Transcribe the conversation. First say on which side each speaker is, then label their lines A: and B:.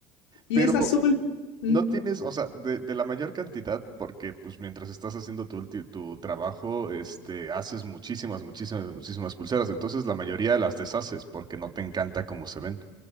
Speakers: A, on the left; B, on the right.
A: Y
B: Pero
A: es azul. Mm.
B: no tienes, o sea, de, de la mayor cantidad, porque pues mientras estás haciendo tu, ulti- tu trabajo, este, haces muchísimas, muchísimas, muchísimas pulseras. Entonces la mayoría las deshaces porque no te encanta cómo se ven.